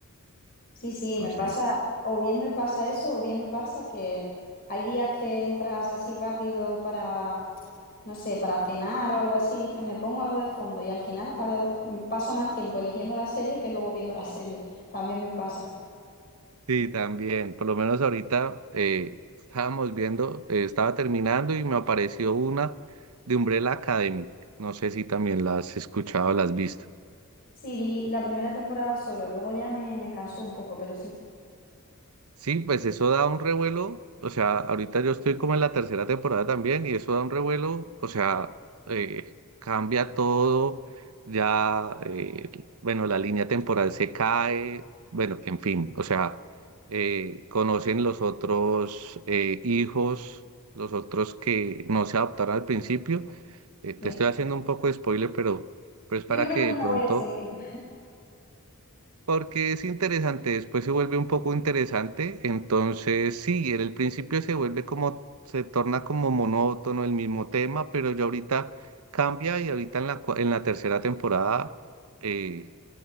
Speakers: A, on the left (about 45°); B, on the right (about 75°).
A: Sí, sí,
B: Entonces,
A: me pasa, o bien me pasa eso, o bien me pasa que hay días que entras así rápido para, no sé, para cenar o algo así, dices, me pongo algo de fondo y al final tardo, mm, paso más tiempo eligiendo la serie que luego viendo la <laughs> serie. También me pasa.
B: Sí, también. Por lo menos ahorita eh, estábamos viendo, eh, estaba terminando y me apareció una de Umbrella Academy. No sé si también la has escuchado o la has visto.
A: Sí, vi la primera temporada solo, luego ya me, me cansó un poco, pero sí,
B: Sí, pues eso da un revuelo, o sea, ahorita yo estoy como en la tercera temporada también y eso da un revuelo, o sea, eh, cambia todo, ya, eh, bueno, la línea temporal se cae, bueno, en fin, o sea, eh, conocen los otros eh, hijos, los otros que no se adaptaron al principio. Eh, te
A: sí.
B: estoy haciendo un poco de spoiler, pero, pero es
A: Yo
B: para
A: creo
B: que
A: que no
B: de pronto
A: la voy a seguir.
B: porque es interesante, después se vuelve un poco interesante, entonces sí, en el principio se vuelve como, se torna como monótono el mismo tema, pero ya ahorita cambia y ahorita en la, cua- en la tercera temporada eh,